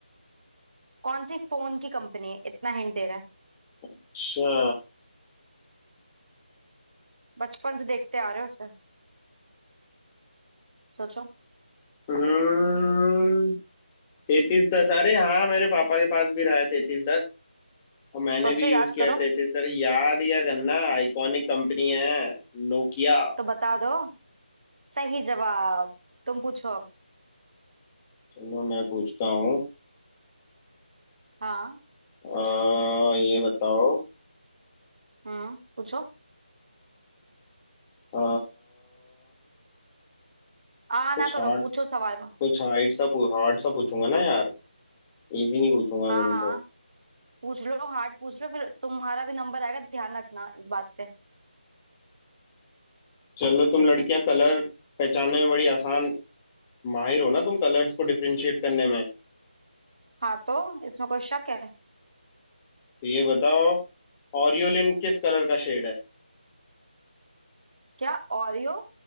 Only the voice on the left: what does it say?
अच्छा
हम्म, तैतीस दस अरे हाँ मेरे पापा के पास भी रहा है तैतीस दस और मैंने
भी यूज
किया
है तैतीस दस याद क्या करना आइकॉनिक कंपनी है नोकिया
चलो मैं पूछता हूँ
अ, ये बताओ
अ,
कुछ
हार्ड
कुछ हार्ड सा हार्ड सा पूछूंगा ना यार इजी नहीं पूछूंगा
तुमसे
चलो तुम लड़कियां कलर पहचानने में बड़ी आसान माहिर हो ना तुम कलर्स को डिफरेंशिएट करने में
तो ये बताओ ऑरियोलिन किस कलर का शेड है